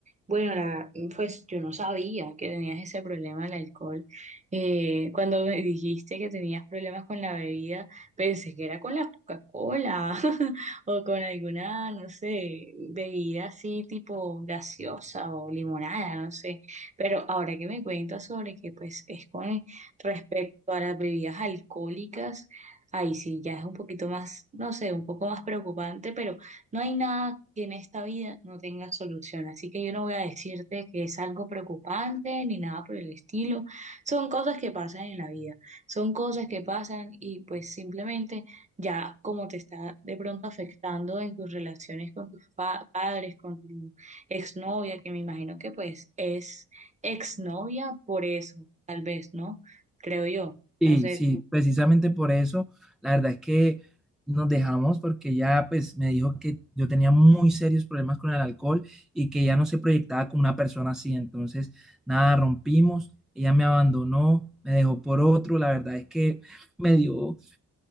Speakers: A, on the right; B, in the centre.
A: bueno, la, pues yo no sabía que tenías ese problema del alcohol. Eh, cuando me dijiste que tenías problemas con la bebida, pensé que era con la Coca-Cola <laughs> o con alguna, no sé, bebida así tipo gaseosa o limonada, no sé. Pero ahora que me cuentas sobre que pues es con respecto a las bebidas alcohólicas, ahí sí ya es un poquito más, no sé, un poco más preocupante, pero... No hay nada que en esta vida no tenga solución, así que yo no voy a decirte que es algo preocupante ni nada por el estilo. Son cosas que pasan en la vida, son cosas que pasan y pues simplemente ya como te está de pronto afectando en tus relaciones con tus pa- padres, con tu exnovia, que me imagino que pues es exnovia por eso, tal vez, ¿no? Creo yo,
B: Sí,
A: no sé.
B: sí, precisamente por eso, la verdad es que nos dejamos porque ya pues me dijo que yo tenía muy serios problemas con el alcohol y que ya no se proyectaba como una persona así, entonces nada, rompimos, ella me abandonó, me dejó por otro, la verdad es que me dio,